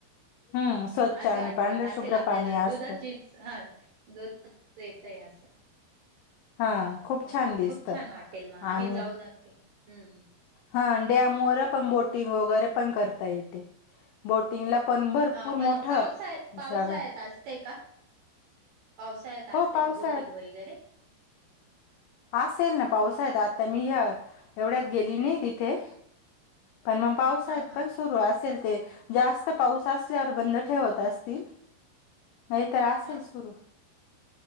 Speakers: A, on the left (about 90°); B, on the right (about 75°).
A: हम्म स्वच्छ
B: हा असं
A: आणि
B: वाटत
A: पांढर
B: असेल
A: शुभ्र
B: आपल्याला
A: पाणी असत.
B: दुधाचीच हा दोन येतय असं
A: हा, खूप
B: हो
A: छान. दिसत
B: खूप छान वाटेल मग आम्ही
A: आणि
B: जाऊ नक्की हम्म
A: हा डॅम व पण बोटिंग वगैरे पण करता येते बोटिंगला पण भरपूर
B: हा
A: मोठं
B: पण पावसात पावसाळ्यात
A: जागा आहे.
B: असते का? पावसाळ्यात
A: हो
B: असते
A: पावसाळ्यात
B: का बोटिंग वगैरे
A: असेल ना पाऊस आहे आता मी एवढ्यात गेली नाही तिथे. पण मग पावसत
B: हा हा
A: पण सुरू असेल ते जास्त पाऊस असल्यावर बंद ठेवत असतील. नाहीतर असेल
B: हा
A: सुरू